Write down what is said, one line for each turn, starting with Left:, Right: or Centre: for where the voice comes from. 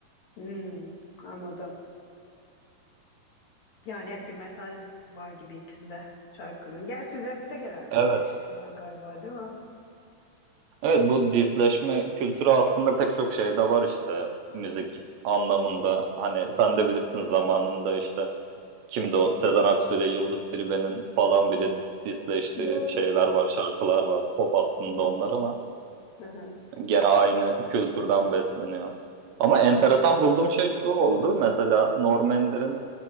Left: Hı. Anladım. Yani hep bir mesaj var gibi içinde şarkıların. Gerçi rapte genelde
Right: Evet.
Left: öyle bir şey var galiba değil mi?
Right: Evet bu disleşme kültürü aslında pek çok şeyde var işte müzik anlamında. Hani sen de bilirsin zamanında işte kimdi o
Left: Hı
Right: Sezen Aksu ile Yıldız Tilbe'nin falan bile disleştiği
Left: hı. Doğru.
Right: şeyler var, şarkılar var. Pop aslında
Left: Hı
Right: onlar
Left: hı.
Right: ama
Left: Hı hı.
Right: gene aynı kültürden besleniyor. Ama enteresan
Left: Evet evet.
Right: bulduğum şey şu oldu. Mesela Norm Ender'in